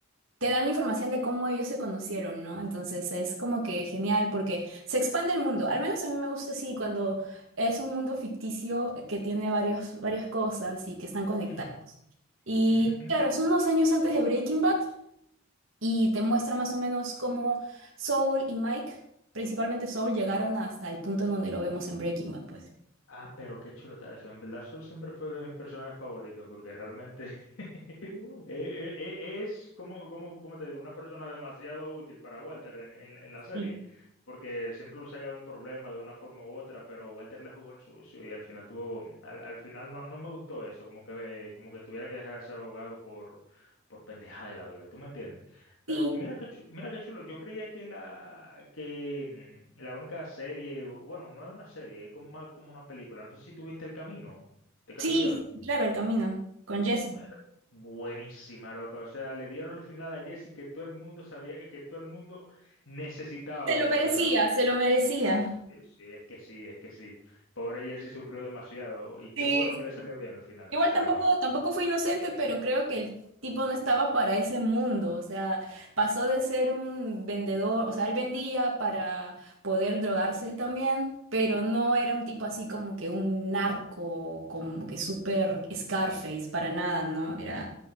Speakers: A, on the right; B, on the left.
A: te dan la información de cómo ellos se conocieron, ¿no? Entonces es como que genial porque se expande el mundo. Al menos a mí me gusta así cuando es un mundo ficticio eh, que tiene varios, varias cosas y que están conectados.
B: Ujú,
A: Y
B: ujú, ujú.
A: claro, son unos años antes de Breaking Bad y te muestra más o menos cómo Saul y Mike, principalmente Saul, llegaron hasta el punto en donde lo vemos en Breaking Bad, pues.
B: Ah, pero qué chulo está eso. En verdad, Sol siempre fue de mis personajes favoritos porque realmente <laughs> Eh, eh, eh, Es como, como, como te digo, una persona demasiado útil para Walter en, en- en la serie,
A: Sí,
B: porque siempre lo saca de un problema de una forma u otra, pero Walter le jugó el sucio y al final tuvo, al, al final no, no me gustó eso, como que, eh, como que tuviera que dejar a ese abogado por, por pendeja de la vida, ¿tú me entiendes?
A: sí,
B: Pero mira qué, chu- mira qué chulo, yo creía que la, que mm, la única serie, bueno, no es una serie, es como más como una película, no sé si tuviste El Camino, de casualidad.
A: sí, claro, el camino con
B: Es
A: Jesse.
B: bue- buenísima, loca. O sea, le dieron el final a Jesse que todo el mundo sabía, que todo el mundo necesitaba
A: Se
B: ver,
A: lo
B: sinceramente.
A: merecía, se lo merecía.
B: Sí, sí, es que sí, es que sí. Pobre Jesse sufrió demasiado. Y qué
A: Sí,
B: bueno que le salió bien al final,
A: Igual
B: sinceramente.
A: tampoco, tampoco fue inocente, pero creo que el tipo no estaba para ese mundo. O sea, pasó de ser un vendedor, o sea, él vendía para poder drogarse él también, pero no era un tipo así como que un narco, como que súper Scarface, para nada, ¿no? Era